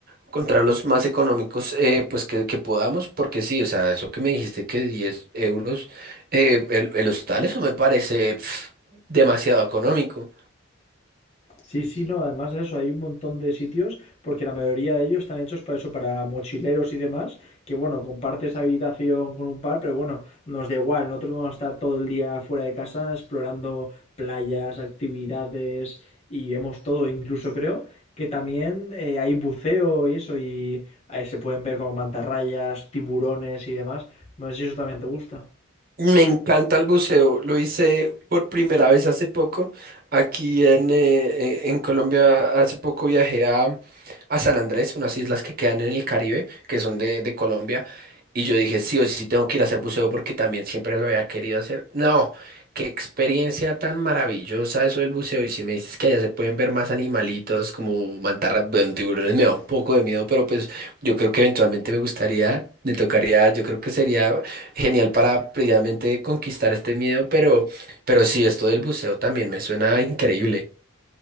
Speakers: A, on the right; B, on the left.
A: encontrar los más económicos, eh, pues que, que podamos, porque sí, o sea, eso que me dijiste que diez euros eh, el, el hostal, eso me parece pf, demasiado económico.
B: Sí, sí, no, además de eso, hay un montón de sitios, porque la mayoría de ellos están hechos para eso, para mochileros y demás, que bueno, compartes habitación con un par, pero bueno, nos da igual, nosotros vamos a estar todo el día fuera de casa explorando playas, actividades y vemos todo, incluso creo que también eh, hay buceo y eso, y ahí se pueden ver con mantarrayas, tiburones y demás. No sé si eso también te gusta.
A: Me encanta el buceo, lo hice por primera vez hace poco. Aquí en, eh, eh, en Colombia hace poco viajé a, a San Andrés, unas islas que quedan en el Caribe, que son de, de Colombia, y yo dije, sí o sí tengo que ir a hacer buceo porque también siempre lo había querido hacer. No, qué experiencia tan maravillosa eso del buceo, y si me dices que allá se pueden ver más animalitos como mantarras, bueno, tiburones me da un poco de miedo, pero pues yo creo que eventualmente me gustaría, me tocaría, yo creo que sería genial para previamente conquistar este miedo, pero, pero sí, esto del buceo también me suena increíble.